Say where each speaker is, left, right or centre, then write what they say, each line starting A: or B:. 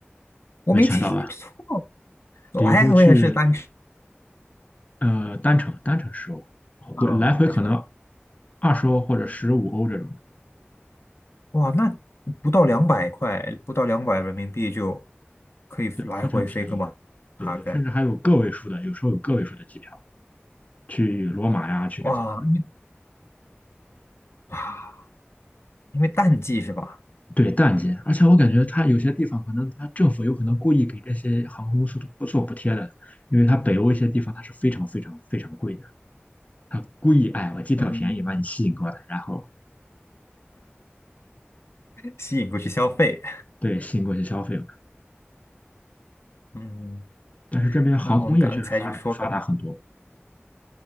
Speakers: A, on the left; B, on the left.
A: 我没听错，
B: 没想到吧？
A: 我还我也是单程
B: 比如说去呃单程，单程十欧，回来回可能
A: 啊，单程，
B: 二十欧或者十五欧这种。
A: 哇，那不到两百块，不到两百人民币就可以来回飞个马哈根，
B: 对，非常便宜，对对，甚至还有个位数的，有时候有个位数的机票去罗马呀，去这些，
A: 哇，因为啊，因为淡季是吧？
B: 对，淡季，而且我感觉它有些地方可能它政府有可能故意给这些航空公司不做补贴的，因为它北欧一些地方它是非常非常非常贵的，它故意哎我机票便宜把你吸引过来，
A: 嗯，
B: 然后
A: 吸引过去消费，
B: 对吸引过去消费了。
A: 嗯。
B: 但是这边航空业确实发展发达很多，
A: 那我们刚才就说了